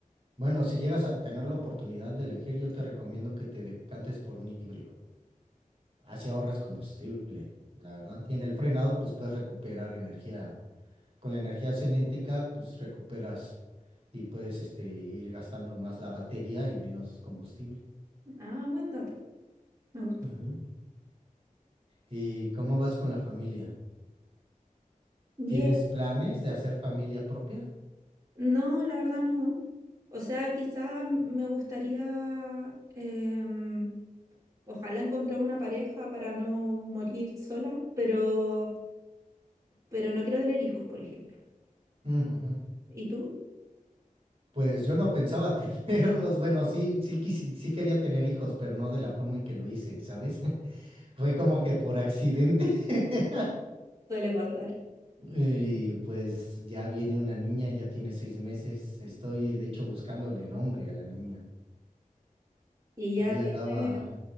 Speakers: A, on the right; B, on the right.
A: Bueno, si llegas a tener la oportunidad de elegir, yo te recomiendo que te decantes por un híbrido. Así ahorras combustible, la verdad. Y en el frenado, pues puedes recuperar energía. Con la energía cinética, pues recuperas y puedes este, ir gastando más la batería y menos combustible.
B: Ah, buen dato, me gustó.
A: Ujú. ¿Y cómo vas con la familia?
B: Bien,
A: ¿Tienes planes de hacer familia propia?
B: no, la verdad no. O sea, quizá me gustaría, em, ojalá encontrar una pareja para no morir sola, pero, pero no quiero tener hijos, por ejemplo.
A: Ujujú.
B: ¿Y tú?
A: Pues yo no pensaba <laughs> tenerlos. Bueno, sí, sí, quisi- sí quería tener hijos, pero no de la forma en que lo hice, ¿sabes? <laughs> Fue como que por accidente. <laughs>
B: Suele pasar.
A: Y pues ya viene una niña, ya tiene seis meses. Estoy, de hecho, buscándole nombre a la niña.
B: ¿Y ya
A: Ahí
B: tienes,
A: andaba,